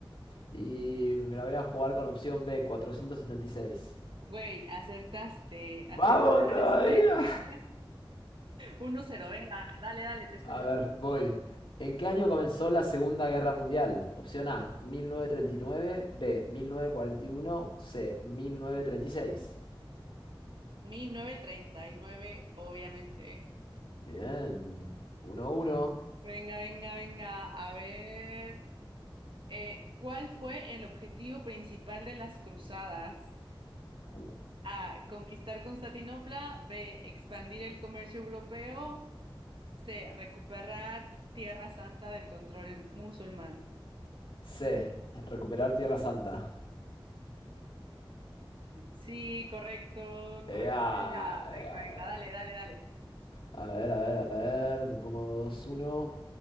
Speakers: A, on the left; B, on the right.
A: Y me la voy a jugar con opción B, 476.
B: Güey, acertaste,
A: Vamos
B: acertaste.
A: todavía.
B: <laughs> Uno cero, venga, dale, dale, te escucho.
A: A ver, voy. ¿En qué año comenzó la Segunda Guerra Mundial? Opción A, 1939, B, 1941, C, 1936.
B: 1939, obviamente.
A: Bien, 1-1.
B: Venga, venga, venga, a ver. eh, ¿cuál fue el objetivo principal de las cruzadas?
A: Uh.
B: A. Conquistar Constantinopla. B. Expandir el comercio europeo. C. Recuperar Tierra Santa del control musulmán.
A: C, recuperar Tierra Santa.
B: Sí, correcto,
A: Ea,
B: correcto. Venga, venga,
A: ea,
B: venga,
A: ea.
B: dale, dale, dale.
A: A ver, a ver, a ver, me pongo 2-1.